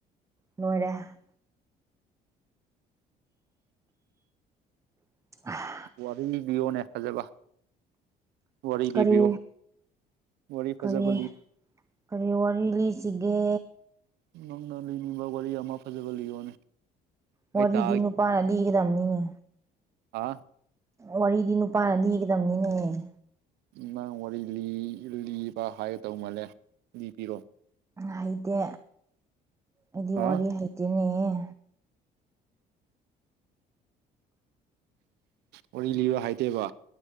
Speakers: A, on the right; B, on the right.
A: ꯂꯣꯏꯔꯦ <inaudible>
B: ꯋꯥꯔꯤ ꯂꯤꯌꯣꯅꯦ ꯐꯖꯕ ꯋꯥꯔꯤ
A: ꯀꯔꯤ
B: ꯂꯤꯕꯤꯌꯣ ꯋꯥꯔꯤ ꯐꯖꯕ
A: ꯀꯔꯤ
B: ꯂꯤ
A: ꯀꯔꯤ ꯋꯥꯔꯤ ꯂꯤꯁꯤꯒꯦ
B: ꯅꯪꯅ ꯂꯤꯅꯤꯡꯕ ꯋꯥꯔꯤ ꯑꯃ ꯐꯖꯕ ꯂꯤꯌꯣꯅꯦ
A: ꯋꯥꯔꯤꯗꯤ
B: ꯑꯩ ꯇꯥꯒꯦ
A: ꯅꯨꯄꯥꯅ ꯂꯤꯒꯗꯝꯅꯤꯅꯦ
B: ꯑ
A: ꯋꯥꯔꯤꯗꯤ ꯅꯨꯄꯥꯅ ꯂꯤꯒꯗꯝꯅꯤꯅꯦꯍꯦ
B: ꯅꯪ ꯋꯥꯔꯤ ꯂꯤ ꯂꯤꯕ ꯍꯥꯏꯒꯗꯧ ꯃꯥꯜꯂꯦ ꯂꯤꯕꯤꯔꯣ
A: ꯍꯩꯇꯦ ꯑꯩꯗꯤ
B: ꯍꯥ
A: ꯋꯥꯔꯤ ꯍꯩꯇꯦꯅꯦꯍ
B: ꯋꯥꯔꯤ ꯂꯤꯕ ꯍꯥꯏꯇꯦꯕ